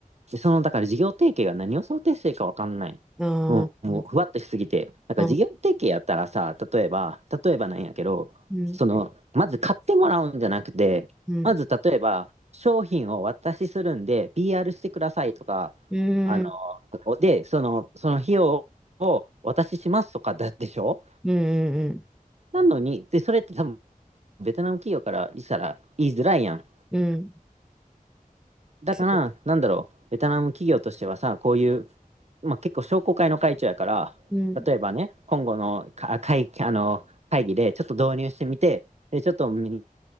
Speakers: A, on the right; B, in the centre.
A: で、その、だから事業提携が何を想定してるかわかんない。
B: あー
A: もうん、もう、ふわっとしすぎて。だから事業提携やったらさ、
B: あ、
A: 例えば、例えばなんやけど、
B: うん、
A: その、まず買ってもらうんじゃなくて、
B: うん、
A: まず例えば、商品をお渡しするんで、PR してくださいとか、
B: うん、
A: あの、
B: うん、
A: で、その、その費用をお渡ししますとかだでしょ
B: うん、うん。
A: なのに、で、それって多分、ベトナム企業からしたら言いづらいやん。
B: うん
A: だから、
B: そ
A: なんだろう、ベトナム企業としてはさ、こういう、まあ、結構商工会の会長やから、
B: う。うん、
A: 例えばね、今後のか会あの会議でちょっと導入してみて、でちょっとみ、ん